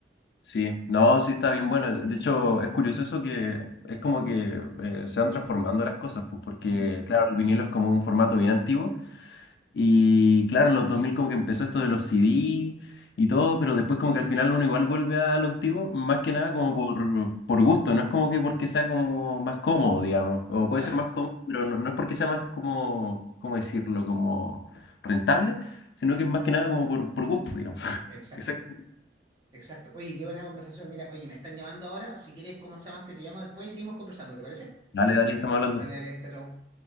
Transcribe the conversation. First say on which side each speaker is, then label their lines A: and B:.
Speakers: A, on the left; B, on the right.
A: sí. No, sí está bien bueno. De hecho, es curioso eso que es como que eh, se van transformando las cosas, pues, porque
B: Mm,
A: claro, el vinilo es como un formato bien antiguo. Y claro, en los 2000 como que empezó esto de los CD y todo, pero después como que al final uno igual vuelve a lo antiguo, más
B: exacto.
A: que nada como por, por gusto, no es como que porque sea como más cómodo, digamos, o puede
B: Claro,
A: ser más cómodo, pero no, no es porque sea más como, ¿cómo decirlo?, como rentable, sino que es más que nada como por, por gusto, digamos.
B: exacto.
A: <laughs> Exacto.
B: Exacto. Oye, qué buena conversación. Mira, oye, me están llamando ahora. Si quieres, ¿cómo se llamaste? Te llamo después y seguimos conversando, ¿te parece?
A: Dale, dale, estamos hablando.
B: Dale, dale, chao, chao.